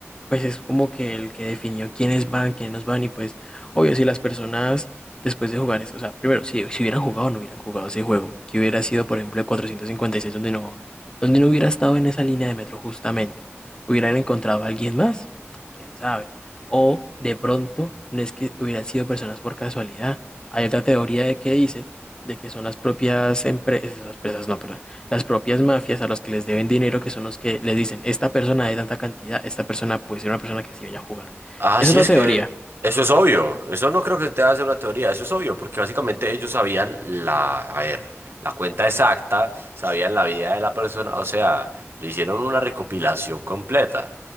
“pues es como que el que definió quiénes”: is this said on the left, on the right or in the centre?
Left